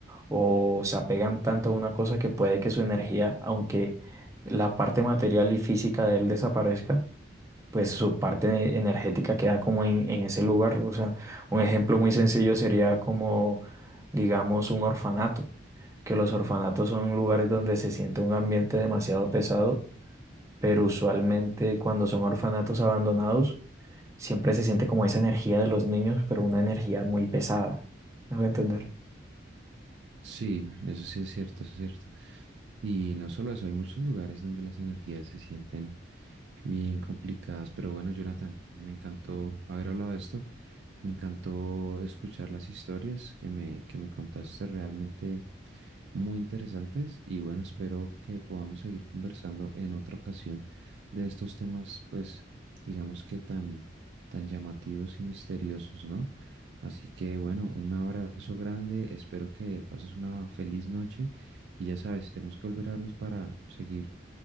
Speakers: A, on the right; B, on the right.
A: o se apegan tanto a una cosa que puede que su energía, aunque la parte material y física de él desaparezca, pues su parte energética queda como en, en ese lugar. O sea, un ejemplo muy sencillo sería como, digamos, un orfanato, que los orfanatos son lugares donde se siente un ambiente demasiado pesado, pero usualmente cuando son orfanatos abandonados, siempre se siente como esa energía de los niños, pero una energía muy pesada. ¿Me voy a entender?
B: Sí, eso sí es cierto, eso es cierto. Y no solo eso, hay muchos lugares donde las energías se sienten bien complicadas, pero bueno, Jonathan, me encantó haber hablado de esto, me encantó escuchar las historias que me, que me contaste, realmente muy interesantes y bueno, espero que podamos seguir conversando en otra ocasión de estos temas, pues digamos que tan, tan llamativos y misteriosos, ¿no? Así que bueno, un abrazo grande, espero que pases una feliz noche y ya sabes, tenemos que volver a vernos para seguir